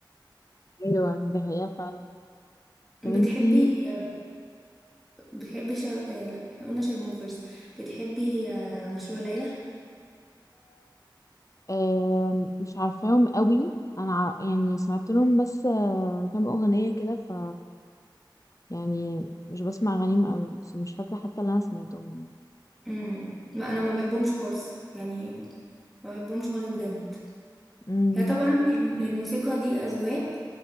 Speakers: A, on the left (about 40°); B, in the centre.
A: ايوه دي حقيقه فعلا طب
B: بتحبي
A: انتي
B: بتحبي شر... آه، لا احنا قلنا شرموفرز بتحبي آه، مشروع ليلى
A: آم، مش عارفاهم قوي انا ع- يعني سمعت لهم بس آه، كام اغنيه كده ف يعني مش بسمع اغانيهم قوي بس مش فاكره حتى اللي انا سمعتهم يعني
B: امم ما انا ما بحبهمش خالص يعني ما بحبهمش خالص بجد
A: امم
B: هي طبعا الم- الموسيقى دي اذواق